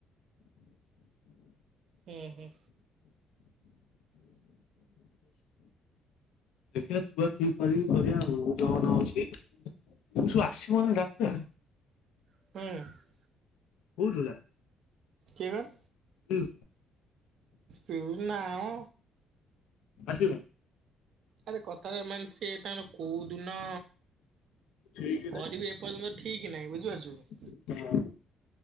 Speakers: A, on the right (about 60°); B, on the left (about 80°).
A: ଓହୋ।
B: ଦେଖିବା ଥୁଆ ଥୁଇ କରିକି କରିବା ଆଉ ଜନ୍ ଅଛି ଯୋଉ ଶୁ ଆସିବନି ଡାକ୍ତର।
A: ହୁଁ।
B: କହୁଥୁଲା।
A: କିଏ କହନି?
B: ହୁଁ
A: ପିୟୁଷ ନା ମ।
B: ଆସିବ।
A: ଆରେ କଥା ରେ ମାନେ ସେ ତାଙ୍କର କଉଦିନ।
B: ଠିକ
A: କରିବେ ଏପର୍ଯ୍ୟନ୍ତ ଠିକି ନାହିଁ ବୁଝିପାରୁଛୁ ତ।
B: ହଁ।